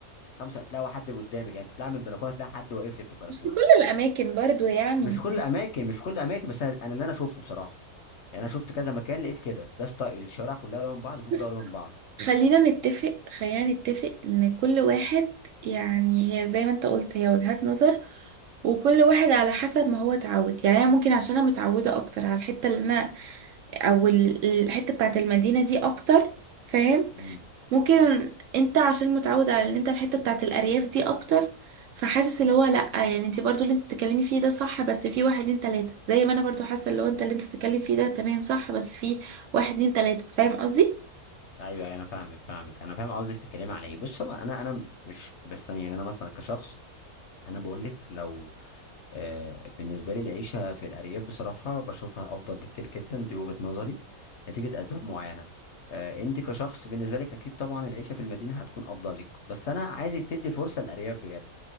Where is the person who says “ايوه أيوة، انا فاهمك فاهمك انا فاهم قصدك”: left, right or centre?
Left